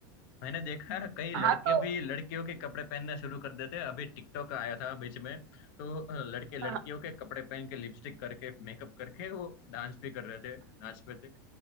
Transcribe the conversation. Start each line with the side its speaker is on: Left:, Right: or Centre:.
Left: मैंने देखा है, कई लड़के
Right: हाँ तो
Left: भी लड़कियों के कपड़े पहनना शुरू कर देते हैं अभी टिकटॉक आया था बीच में तो अ, लड़के लड़कियों
Right: हाँ,
Left: के कपड़े पहन के लिपस्टिक करके मेकअप करके वो डांस भी कर रहे थे नाच पे थे